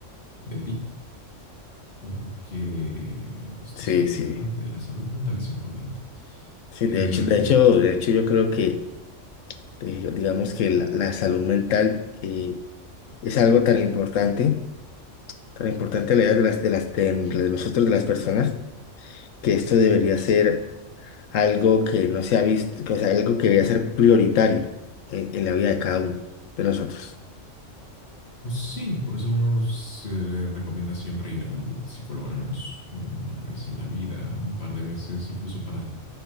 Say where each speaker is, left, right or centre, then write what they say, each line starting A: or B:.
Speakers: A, on the left (about 55°); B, on the left (about 80°).
A: de ti, porque esto
B: Sí,
A: es importante,
B: sí.
A: la salud mental es importante.
B: Sí,
A: Eh,
B: de hecho, de hecho, de hecho yo creo que, eh, digamos que la, la salud mental eh, es algo tan importante tan importante la idea de las, de las, de nosotros, de las personas, que esto debería ser algo que no se ha visto, que, o sea, algo que debería ser prioritario en, en la vida de cada uno de nosotros.
A: pues sí, por eso a uno se le recomienda siempre ir al psicólogo al menos una vez en la vida, un par de veces, incluso para